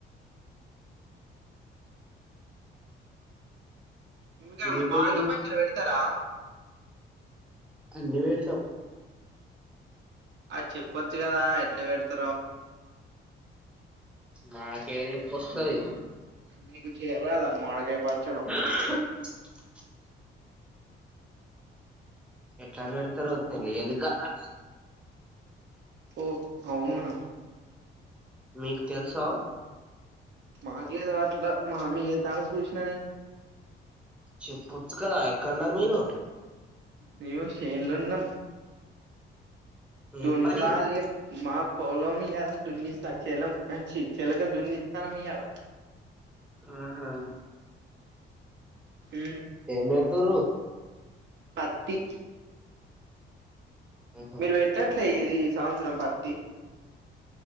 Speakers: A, on the right; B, in the centre.
A: ఇకా
B: తినుడు
A: మడకాయ పచ్చడి పెడతారా
B: అనివేడ్తాం
A: అ చెప్పొచ్చు కదా ఎట్లా పెడతారో
B: మాకేడది వస్తతంది
A: మీకు చేరదామ్ మాడకై పచ్చడం
B: హ్ ఎట్లా పెడతారు తెలిదు కదా
A: ఓ అవున్నా
B: మీకు తెలుసా
A: మాకే రావట్లే మా అమ్మ చెప్తుంటే చూస్న
B: చెప్పొచ్చు కదా ఎక్కడన్నారు మీరు
A: మేము శేన్లు ఉన్నాం దోన్
B: ఏం పని
A: చలే మా పొలం మీయాద దున్నిస్తా చెలం చెలక దున్నిస్తాన మీయాద
B: ఆహా
A: హ
B: ఏం పెడతారు
A: పత్తి
B: ఆహా,
A: మీరు పెట్టట్లే ఇ సంవత్సరం పత్తి